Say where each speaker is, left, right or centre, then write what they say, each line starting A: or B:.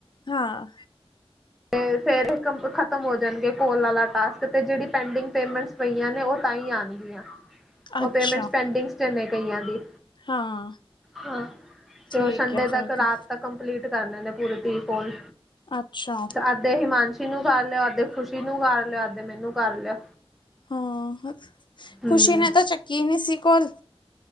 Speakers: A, on the left; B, in the centre.
A: ਹਾਂ
B: ਤੇ ਫੇਰ ਇਹ ਕੰਮ ਖ਼ਤਮ ਹੋ ਜਾਣਗੇ ਕੋਲ ਆਲਾ ਟਾਸਕ ਤੇ ਜਿਹੜੀ ਪੈਂਡਿੰਗ ਪੇਮੈਂਟਸ ਪਈਆਂ ਨੇ ਉਹ ਤਾਈਂ ਆਣਗ ਗੀਆਂ, ਉਹ
A: ਅੱਛਾ
B: ਪੇਮੈਂਟਸ ਪੈਂਡਿੰਗਸ ਚ ਨੇ ਕਈਆਂ ਦੀ।
A: ਹਾਂ
B: ਹਾਂ,
A: ਠੀਕ
B: ਤੇ ਉਹ ਸੰਡੇ
A: ਹੈ ਫਿਰ
B: ਤੱਕ, ਰਾਤ
A: ਤਾਂ
B: ਤੱਕ ਕਪਲੀਟ ਕਰਨੇ ਨੇ ਪੂਰੇ ਤੀਹ ਕੋਲ।
A: ਅੱਛਾ
B: ਅੱਧੇ ਹਿਮਾਂਸ਼ੀ ਨੂੰ ਕਰ ਲਿਓ, ਅੱਧੇ ਖੁਸ਼ੀ ਨੂੰ ਕਰ ਲਿਓ, ਅੱਧੇ ਮੈਨੂੰ ਕਰ ਲਿਓ।
A: ਹਾਂ,
B: ਹਮ
A: ਖੁਸ਼ੀ ਨੇ ਤੇ ਚੱਕੀ ਨਹੀਂ ਸੀ ਕੋਲ।